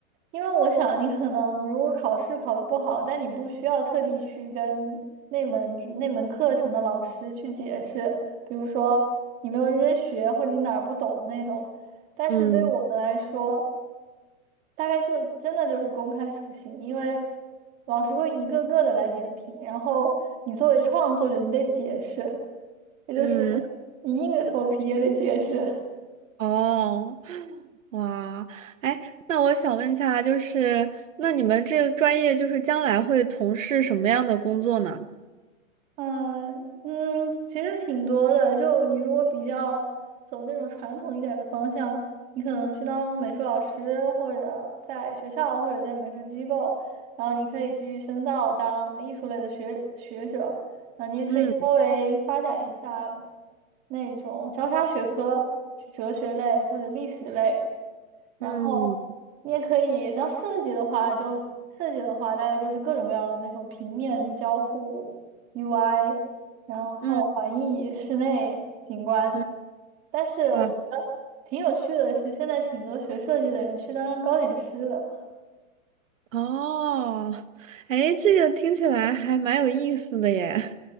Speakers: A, on the right; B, on the right.
A: 因为我想你可能如果考试考得不好，但你不需要特地去跟那门那门课程的老师去解释，比如说你没有认真学或者你哪儿不懂那种。但是对于我们来说，
B: 嗯。
A: 大概就真的就是公开处刑，因为老师会一个个的来点评，然后你作为创作者，你得解释，也就是
B: 嗯。
A: 你硬着头皮也得解释。
B: <laughs> 哦，哇，哎，那我想问一下，就是那你们这个专业，就是将来会从事什么样的工作呢？
A: 嗯嗯，其实挺多的。就你如果比较走那种传统一点的方向，你可能去当美术老师，或者在学校，或者在美术机构，然后你可以继续深造当艺术类的学学者。啊，你也可以稍微发展一下
B: 嗯
A: 那种交叉学科，去哲学类或者历史类。然后
B: 嗯
A: 你也可以，那设计的话就设计的话，大概就是各种各样的那种平面交互 UI，然后环艺室内景观。
B: 嗯嗯，
A: 但是我觉得挺有趣的是，
B: 哇，
A: 现在挺多学设计的人去当糕点师的，
B: 哦，哎，这个听起来还蛮有意思的耶。